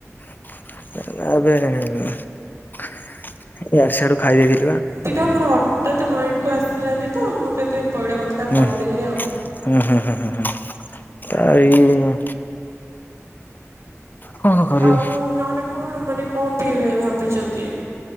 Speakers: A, on the left; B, on the right.
A: ଉଁ ଉଁ ନା ବେ ଉଁ ଇଆଡୁ ସିଆଡୁ ଖାଇ ଦେଇଥି
B: ଏଇଟା ମୋର ହଟାତ୍ ମାଇଣ୍ଡକୁ ଆସିଲାନି ତ ମୁଁ ସେଇଥିପାଇଁ ପଇଡ କଥା
A: ହୁଁ
B: କହିଦେଲି ଆଉ।
A: ହୁଁ ହୁଁ ହୁଁ ହୁଁ ହୁଁ ଆ ଇଁ କଣ କରିବି?
B: ଆଉ ନହେଲେ କଣ ମାନେ କଁ ପିଇବେ ଭାବିଚନ୍ତି